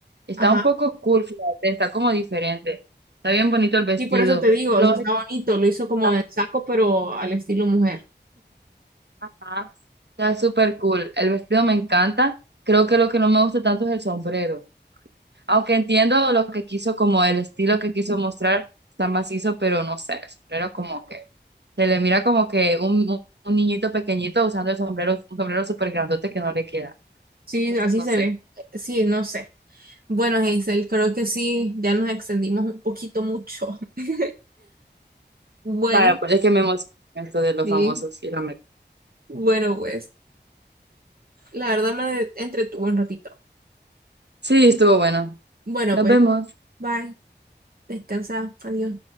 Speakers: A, on the right; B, on the right.
A: Está
B: Ajá.
A: un poco cool, fíjate, está como diferente. Está bien bonito el vestido.
B: Y por eso te digo,
A: Lo
B: o sea,
A: único
B: está
A: que
B: bonito, lo hizo como
A: está,
B: de saco, pero al estilo mujer.
A: ajá, está súper cool. El vestido me encanta. Creo que lo que no me gusta tanto es el sombrero. Aunque entiendo lo que quiso, como el estilo que quiso mostrar, está macizo, pero no sé, el sombrero como que se le mira como que un, un un niñito pequeñito usando el sombrero, un sombrero súper grandote que no le queda.
B: Sí,
A: Entonces,
B: así
A: no
B: se
A: sé.
B: ve. Sí, no sé. Bueno, Hazel, creo que sí, ya nos extendimos un poquito mucho. <laughs> Bueno,
A: Vaya, pues es que me emociona esto de los
B: sí.
A: famosos y la América.
B: Bueno, pues, la verdad me entretuvo un ratito.
A: Sí, estuvo bueno.
B: Bueno,
A: Nos
B: pues,
A: vemos.
B: bye. Descansa. Adiós.